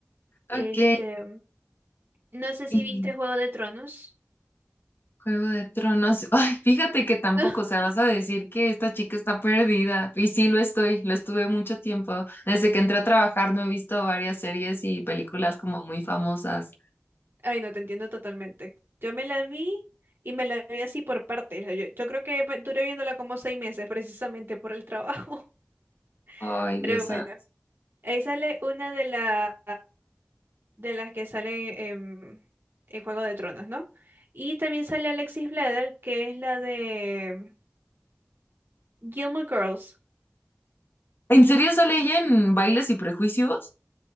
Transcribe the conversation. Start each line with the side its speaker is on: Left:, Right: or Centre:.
Right: Este,
Left: Ok.
Right: no sé
Left: Y,
Right: si viste Juego de Tronos.
Left: Juego de Tronos. <laughs> Ay, fíjate que tampoco,
Right: <laughs>
Left: o sea, vas a decir que esta chica está perdida. Y sí, lo estoy, lo estuve mucho tiempo. Desde que entré a trabajar no he visto varias series y películas como muy famosas.
Right: Ay, no, te entiendo totalmente. Yo me la vi y me la vi así por partes. Yo, yo creo que pues, duré viéndola como seis meses precisamente por el trabajo.
Left: Ay,
Right: <laughs>
Left: Dios
Right: Pero
Left: santo.
Right: bueno, ahí sale una de las de las que sale em, en Juego de Tronos, ¿no? Y también sale Alexis Bledel, que es la de Gilmore Girls,
Left: ¿En serio sale ella en Bailes y Prejuicios?